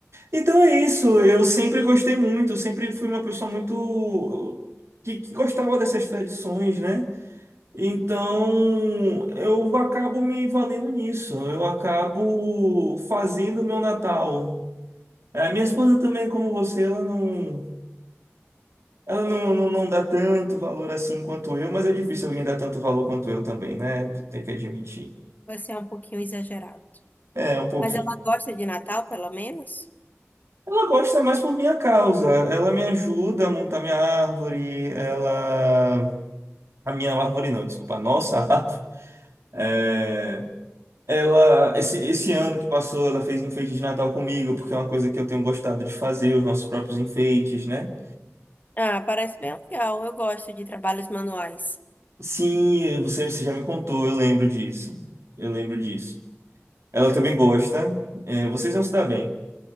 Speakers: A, on the right; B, on the left.
A: Então é isso. Eu sempre gostei muito, sempre fui uma pessoa muito que, que gostava dessas tradições, né? Então eu acabo me valendo nisso. Eu acabo fazendo o meu Natal. É, minha esposa também, como você, ela não, ela não, não, não dá tanto valor assim quanto eu, mas é difícil alguém dar tanto valor quanto eu também, né? Tem que admitir.
B: Vai ser um pouquinho exagerado.
A: É, um pouquinho.
B: Mas ela gosta de Natal, pelo menos?
A: Ela gosta mais por minha causa. Ela me ajuda a montar minha árvore. Ela. A minha árvore não, desculpa, a nossa <laughs> árvore. É, Ela. Esse, esse ano que passou, ela fez enfeite de Natal comigo, porque é uma coisa que eu tenho gostado de fazer, os nossos próprios enfeites, né?
B: Ah, parece bem legal. Eu gosto de trabalhos manuais.
A: Sim, você, você já me contou, eu lembro disso. Eu lembro disso. Ela também gosta. É, vocês vão se dar bem.